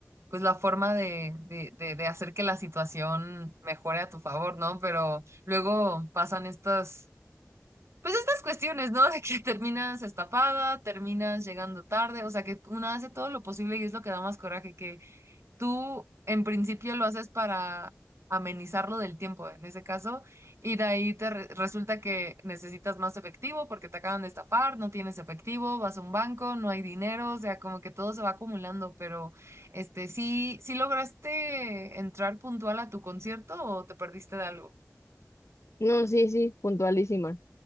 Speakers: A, on the right; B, on the left.
A: pues la forma de, de, de, de hacer que la situación mejore a tu favor, ¿no? Pero luego pasan estas Pues estas cuestiones, ¿no? De que <laughs> terminas estafada, terminas llegando tarde, o sea que una hace todo lo posible y es lo que da más coraje, que tú en principio lo haces para amenizarlo del tiempo, en ese caso, y de ahí te re- resulta que necesitas más efectivo porque te acaban de estafar, no tienes efectivo, vas a un banco, no hay dinero, o sea, como que todo se va acumulando, pero este, ¿sí, sí lograste entrar puntual a tu concierto o te perdiste de algo?
B: No, sí, sí, puntualísima.